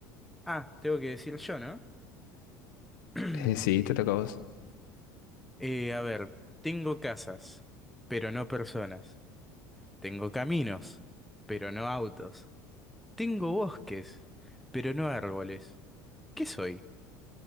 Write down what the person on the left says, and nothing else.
Eh, sí, te toca a vos.